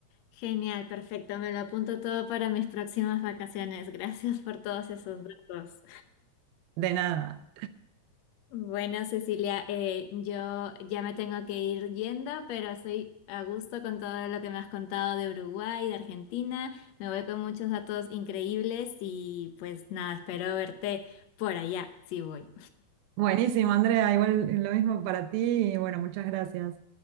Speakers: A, on the left; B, on the right.
A: Genial, perfecto. Me lo apunto todo para mis próximas vacaciones. Gracias por todos esos datos.
B: De nada.
A: Bueno, Cecilia, eh, yo ya me tengo que ir yendo, pero estoy a gusto con todo lo que me has contado de Uruguay, de Argentina. Me voy con muchos datos increíbles y pues nada, espero verte por allá, si voy.
B: Buenísimo, Andrea, igual lo mismo para ti y bueno, muchas gracias.